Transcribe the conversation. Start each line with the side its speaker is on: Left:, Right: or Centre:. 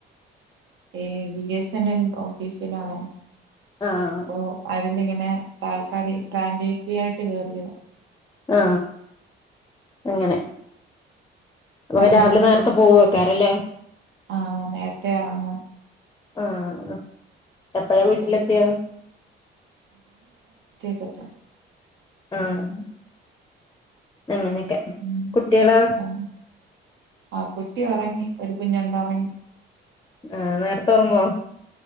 Right: ഏ ബി എസ് എൻ എൽ ഓഫീസിലാണ്
Left: ആഹ്
Right: ഓ അര് ഇങ്ങനെ താൽക്കാലി ഫ്രാഞ്ചൈസിയായിട്ട് കേറിയത
Left: ആ അങ്ങനെ അപ്പൊപിന്നെ
Right: അതെ
Left: രാവിലെ
Right: അതെ
Left: നേരത്തെ പോവേക്കാരല്ലേ
Right: ആ നേരത്തെ എറങ്ങും
Left: ആഹ് എപ്പഴാ വീട്ടിലെത്തിയാ
Right: പറ്റ
Left: ആഹ് അങ്ങനെയൊക്കെ
Right: ഉം
Left: കുട്ടിയേളോ?
Right: അതെ. ആ കുട്ടി ഒറങ്ങി ഒരു കുഞ്ഞുണ്ട് ഒറങ്ങി.
Left: ആ നേരത്തെ ഒർങ്ങോ?